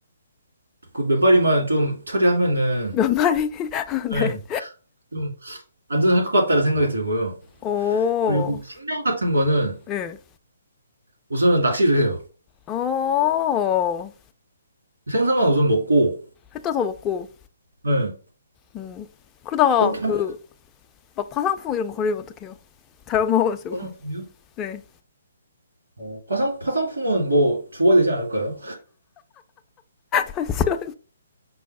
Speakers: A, on the right; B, on the left.
A: 그 몇 마리만 좀 처리하면은
B: 몇 마리? <laughs>
A: 네,
B: 네.
A: 좀 안전할 것 같다는 생각이 들고요.
B: 오.
A: 그리고 식량 같은 거는
B: 예.
A: 우선은 낚시를 해요.
B: 어.
A: 생선만 우선 먹고
B: 햇 떠서 먹고.
A: 네,
B: 음. 그러다가
A: 그렇게
B: 그
A: 하면
B: 막 화상풍 이런 거 걸리면 어떡해요? 잘못 먹어가지고.
A: 화상품이요?
B: <laughs> 네.
A: 어, 화상 화상품은 뭐 주어야 되지 않을까요?
B: 잠시만.